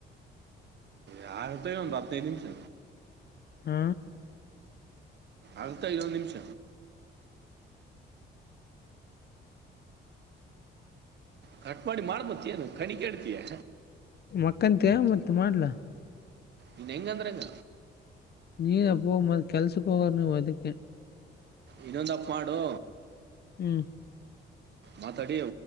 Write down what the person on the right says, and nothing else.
ಯಾರತ್ತನ ಒಂದು ಹತ್ತಿನೈದು ನಿಮಿಷ
ಅಂತ ಐವೊಂದು ನಿಮಿಷ ಕಟ್ ಮಾಡಿ ಮಾಡ್ಬತ್ತಿಯನು ಕಡಿಕಡ್ತಯಾ
ಇನ್ನ ಎಂಗ ಅಂದ್ರಂಗ
ಇನ್ನೊಂದಪ್ಪ ಮಾಡು
ಮಾತಾಡಿ